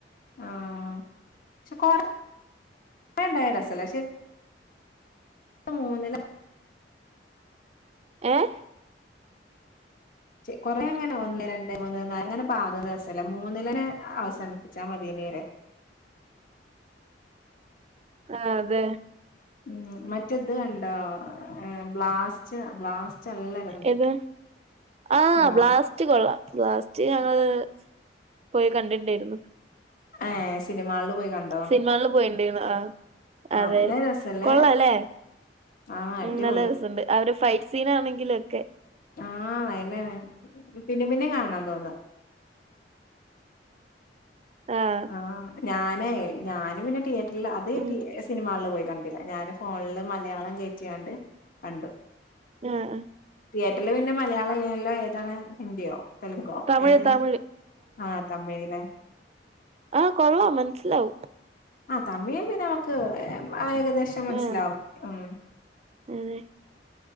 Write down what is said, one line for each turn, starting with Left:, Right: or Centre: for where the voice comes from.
Left: ആ പക്ഷെ കുറെണ്ടായ രസല്ല മൂന്നില
Right: ഏഹ
Left: കൊറെ അങ്ങനെ ഒന്ന് രണ്ട് മൂന്ന് അങ്ങനെ ഭാഗം രാസല്ല മൂന്നിലെനെ അവസാന പടിച്ചാ മതിന്ന് പറ
Right: ആഹ അതെ
Left: ഉം മറ്റേത് കണ്ടോ ബ്ലാസ്റ്റ് ബ്ലാസ്റ്റ് നല്ല രസണ്ട്
Right: ഏത് ആ
Left: ബ്ലാ
Right: ബ്ലാസ്റ്റ് ബ്ലാസ്റ്റ്കൊള്ളാം ബ്ലാസ്റ്റ് ഞങ്ങള് പോയി കണ്ടിട്ടുണ്ടായിരുന്നു
Left: ആഹ് സിനിഹാളിൽ പോയി കണ്ട
Right: സിനിഹാളിൽ പോയിണ്ടായിരുന്നു ആ
Left: ആ
Right: അതെ
Left: നല്ല രസല്ലേ
Right: കൊള്ളല്ലേ
Left: ആ അടിപൊളി
Right: മ്മം നല്ല രസണ്ട് ആ ഒരു ഫൈറ്റ് സീൻ ആണെങ്കിലൊക്കെ
Left: ആഹ് അനയനാണ് <inaudible> പിന്നെ പിന്നെ കാണാ തോന്നാ
Right: ആഹ്
Left: ആഹ് ഞാനേ ഞാനും പിന്നെ തിയേറ്ററിൽ അത്
Right: ഉം
Left: തി സിനിമാളിൽ പോയി കണ്ട് ഞാന് ഫോണില് മലയാളം കേറ്റിയാണ്ട് കണ്ടു
Right: ആഹ് ആഹ്
Left: തിയേറ്ററിൽ പിന്നെ മലയാളം അല്ല നല്ലത് ഏതാണ് ഹിന്ദിയോ തെലുങ്കോ
Right: തമിഴ്
Left: ഏതേന്
Right: തമിഴ്
Left: ആ തമിഴ് ലെ
Right: ആഹ് കൊള്ളാം മനസ്സിലാവും
Left: ആഹ് തമിഴ് പിന്നെ നമുക്ക് ആ ഏകദേശം മനസ്സിലാവും
Right: ആ
Left: ഉം
Right: അതെ